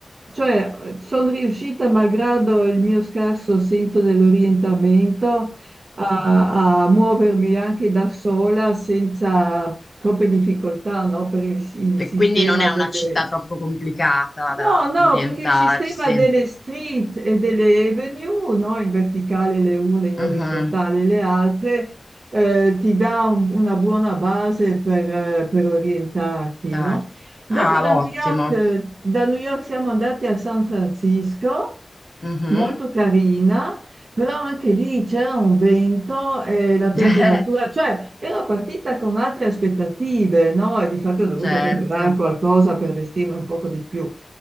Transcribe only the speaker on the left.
E
quindi non è
una città troppo complicata
da-
per orientarsi.
Mhm.
Tardi.
Ah,
ottimo.
Mhm.
<laughs>
Certo.